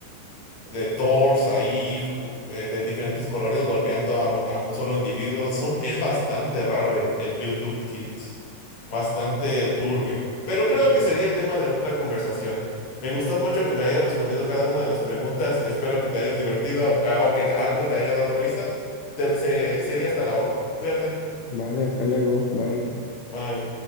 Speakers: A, on the left (about 50°); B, on the left (about 80°).
A: de Thors ahí, ju- eh, de diferentes colores golpeando a un, a un solo individuo. Son, es bastante raro el, el YouTube de Kids, bastante turbio. Pero creo
B: Ok.
A: que sería tema de otra conversación. Me gustó mucho que me hayas respondido cada una de las preguntas. Espero que te hayas divertido a- o que algo te haya dado risa. Te- se- sería hasta la otra. Cuídate.
B: Vale, hasta luego, bye.
A: Bye.